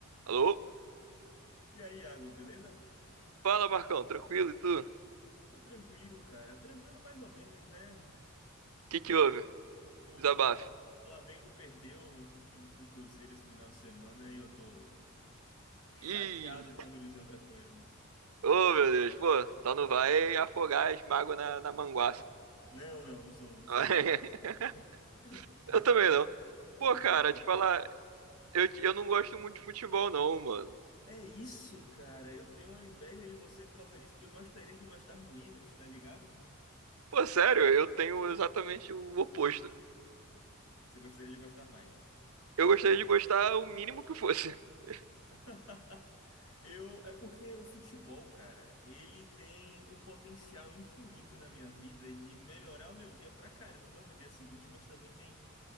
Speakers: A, on the right (about 85°); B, on the left (about 80°).
A: Alô?
B: E aí, Iago, beleza?
A: Fala, Marcão, tranquilo e tu? O
B: Tô tranquilo, cara. Tranquilo mais ou menos, né?
A: que que houve?
B: O
A: Desabafo.
B: Flamengo perdeu <laughs> pro Cruzeiro esse final de semana e eu tô chateado
A: Ih,
B: pra não dizer outra coisa.
A: ô meu Deus, pô, só não vai afogar as mágoas na, na manguaça.
B: Não, não, não sou, não sou
A: <laughs>
B: de fazer isso, não. <laughs>
A: Eu também não. Pô,
B: Não
A: cara,
B: sou de
A: te
B: fazer
A: falar,
B: isso.
A: eu, eu não gosto muito de futebol, não, mano.
B: É isso, cara. Eu tenho uma inveja de você por causa disso, porque eu gostaria de gostar menos, tá ligado?
A: Pô, sério, eu tenho exatamente o oposto.
B: Você gostaria de gostar mais.
A: Eu gostaria de gostar o mínimo que fosse. <laughs>
B: <laughs> Eu, é porque o futebol, cara, ele tem o potencial infinito na minha vida de melhorar o meu dia pra caramba no dia seguinte, mas também tem